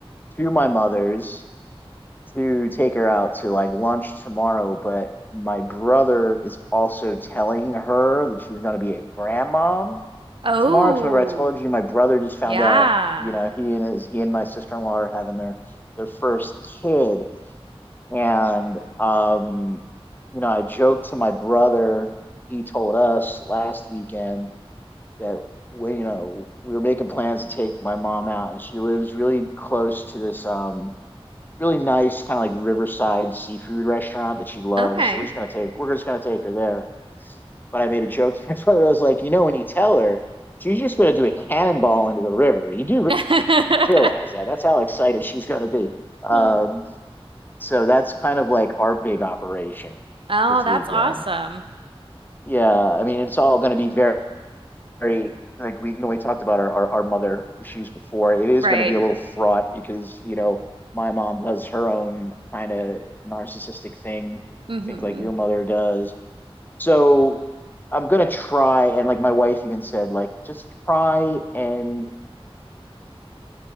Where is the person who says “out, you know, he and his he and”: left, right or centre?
Left